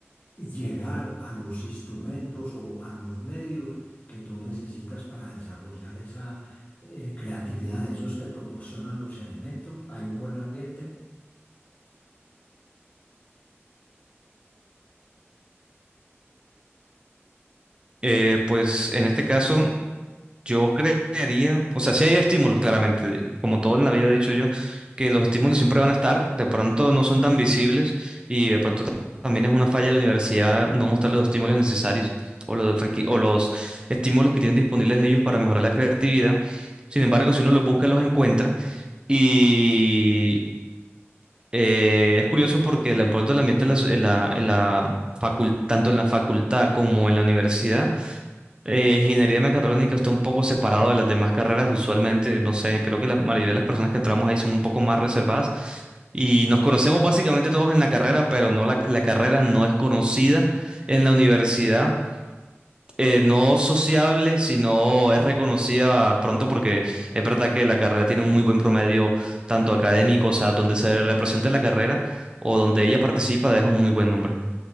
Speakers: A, on the left; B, on the right.
A: llegar a los instrumentos o a los medios que tú necesitas para desarrollar esa eh, creatividad. Ellos te proporcionan los elementos, hay un buen ambiente.
B: Eh, pues en este caso Yo creería, o sea, sí hay estímulos, claramente, como todo en la vida he dicho yo, que los estímulos siempre van a estar, de pronto no son tan visibles y de pronto ta- también es una falla de la universidad no mostrar los estímulos necesarios o los, requi- o los estímulos que tienen disponibles ellos para mejorar la creatividad. Sin embargo, si uno los busca, los encuentra y eh, es curioso porque de pronto el ambiente en la, en la, en la facul- tanto en la facultad como en la universidad eh, ingeniería mecatrónica está un poco separado de las demás carreras usualmente, no sé, creo que la mayoría de las personas que entramos ahí son un poco más reservadas y nos conocemos básicamente todos en la carrera, pero no la, la carrera no es conocida en la universidad, eh, no sociable, sino es reconocida pronto porque es verdad que la carrera tiene un muy buen promedio tanto académico, o sea, donde se representa la carrera o donde ella participa, deja un muy buen nombre.